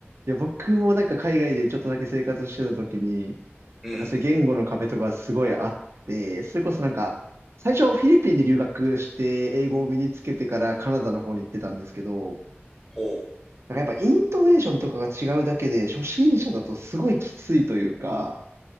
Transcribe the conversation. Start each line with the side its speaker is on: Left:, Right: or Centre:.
Right: いや、僕もなんか海外でちょっとだけ生活してた時に、
Centre: うん。
Right: なんかそういう言語の壁とかすごいあって、それこそなんか、最初フィリピンに留学して英語を身につけてからカナダの方に行ってたんですけど、
Centre: ほう。
Right: なんかやっぱイントネーションとかが違うだけで、初心者だとすごいきついというか、